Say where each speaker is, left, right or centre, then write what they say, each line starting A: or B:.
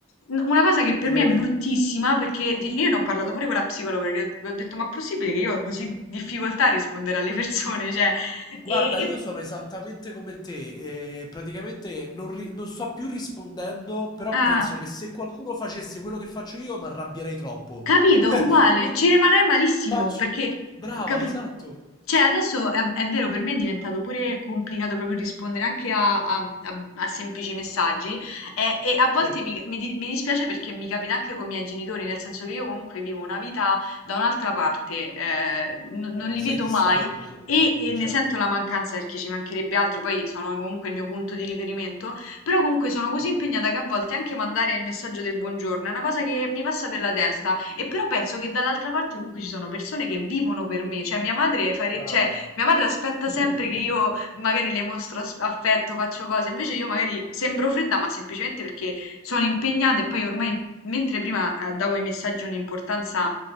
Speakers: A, on the left; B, on the left.
A: N- una cosa che per
B: E
A: me
B: no,
A: è bruttissima,
B: e-
A: perché di- io ne ho parlato pure con la psicologa, perché le ho detto ma è possibile che io ho così difficoltà a rispondere alle persone, <laughs> cioè,
B: Guarda,
A: e...
B: io
A: e-
B: sono esattamente come te, eh, praticamente non, ri- non sto più rispondendo, però
A: ah.
B: penso che se qualcuno facesse quello che faccio io mi arrabbierei troppo.
A: Capito?
B: <laughs>
A: Uguale,
B: Quindi
A: ci rimarrei malissimo
B: faccio...
A: perché,
B: Brava,
A: capi-
B: esatto.
A: Cioè, adesso è, è vero, per me è diventato pure complicato proprio rispondere anche a, a- a- a semplici messaggi e, e a volte
B: Sì. Eh,
A: mi, mi di- mi dispiace perché mi capita anche con i miei genitori, nel senso che io comunque vivo una vita da un'altra parte, eh, n- non li
B: sei
A: vedo
B: distante
A: mai
B: soprattutto,
A: e, e
B: certo.
A: ne sento la mancanza perché ci mancherebbe altro, poi sono comunque il mio punto di riferimento, però comunque sono così
B: Certo.
A: impegnata che a volte anche mandare il messaggio del buongiorno è una cosa che mi passa per la testa. E però penso che dall'altra parte comunque ci sono persone che vivono per me, cioè mia madre, fare-
B: Brava.
A: cioè, mia madre aspetta
B: Di
A: sempre
B: tutto.
A: che io magari le mostro as- affetto, faccio cose, invece io magari sembro fredda, ma semplicemente perché sono impegnata e poi ormai, mentre prima eh, davo ai messaggi un'importanza